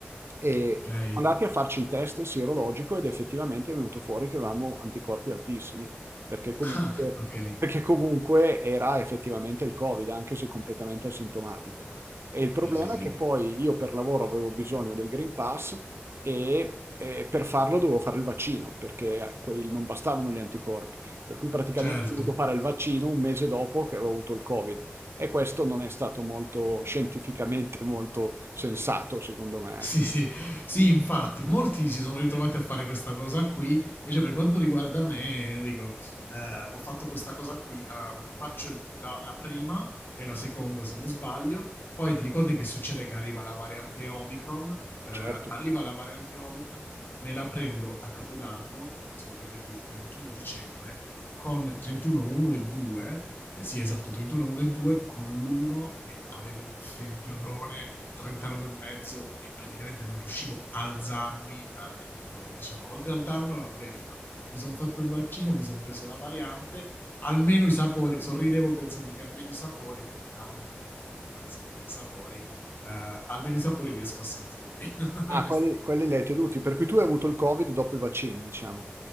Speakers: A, on the right; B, on the left.
A: e
B: ok.
A: siamo
B: <laughs>
A: andati a farci il test sierologico ed effettivamente è venuto fuori che avevamo anticorpi altissimi, perché comunque,
B: Ah, ok,
A: perché comunque era effettivamente il Covid, anche se completamente asintomatico. E il problema
B: sì, sì, sì,
A: è che poi io per lavoro avevo bisogno del Green Pass e eh, per farlo dovevo fare il vaccino, perché eh, quei- non bastavano gli anticorpi. Per cui praticamente
B: certo.
A: ho dovuto fare il vaccino un mese dopo che avevo avuto il Covid. E questo non è stato molto scientificamente <laughs> molto sensato, secondo me.
B: Sì, sì, sì, infatti, molti si sono ritrovati a fare questa cosa qui. Invece, per quanto riguarda me, Enrico, eh, ho fatto questa cosa qui. eh, faccio il- la, la prima e la seconda, se non sbaglio. Poi ti ricordi che succede che arriva la variante Omicron? Eh,
A: Certo.
B: arriva la variante Omicron, me la prendo a Capodanno, non me lo scorderò mai più, il 31 dicembre, con 31, 1 e 2. eh, sì, esatto, 31, 1 e 2, con l'uno che avevo un febbrone 39 e mezzo e praticamente non riuscivo a alzarmi dal letto e dicevo oltre al danno la beffa mi sono fatto il vaccino mi sono preso la variante almeno i sapori sorridevo pensando che almeno i sapori perché la Omicron permetteva di sentire i sapori eh, almeno i sapori riesco a sentirli <laughs>
A: Ah,
B: questa
A: quelli,
B: volta
A: quelli li hai tenuti, per cui tu hai avuto il Covid dopo i vaccini, diciamo.